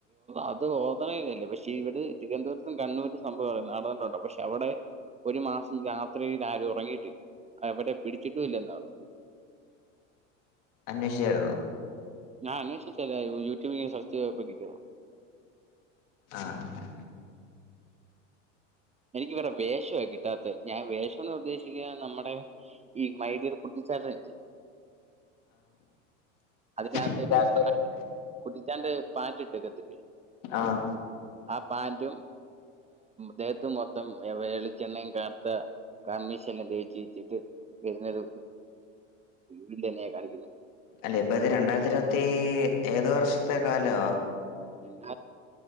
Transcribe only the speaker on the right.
അത് <unintelligible> പക്ഷേ ഇവിടെ തിരുവനന്തപുരത്തും കണ്ണൂരിലും സംഭവം നടന്നിട്ടുണ്ട് പക്ഷെ അവിടെ ഒരു മാസം രാത്രിയിൽ ആരും ഉറങ്ങിയിട്ടില്ല അവിടെ പിടിച്ചിട്ടും ഇല്ലെന്ന പറഞ്ഞ്
ഞാൻ അന്വേഷിച്ചതല്ല യൂട്യൂബ്ങ്ങനെ സെർച്ചീത് പോയപ്പോ കിട്ടിയതാ
എനിക്ക് വേറെ വേഷ കിട്ടാത്ത് ഞാന് വേഷംന്ന് പറഞ്ഞ് ഉദ്ദേശിച്ചത് നമ്മുടെ ഈ മൈ ഡിയർ കുട്ടിച്ചാത്തൻ അതിനകത്ത്
ഒരു <unintelligible> കുട്ടിച്ചാന്റെ പാന്റ് ഇട്ടേക്കത്തില്ലേ
ആ പാന്റും ദേഹത്തും മൊത്തം വെളിച്ചെണ്ണയും <unintelligible> കണ്മഷി എല്ലാം തേച്ച് വെച്ചിട്ട് പിന്നെ ഒരു വില്ലനേയ കാണിക്കുന്ന്
രണ്ട